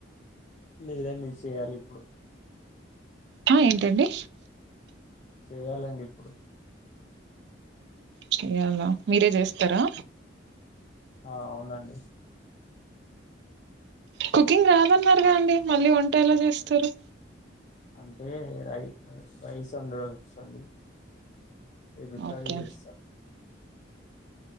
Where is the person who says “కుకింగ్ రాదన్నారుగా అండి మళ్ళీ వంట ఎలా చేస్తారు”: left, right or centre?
Right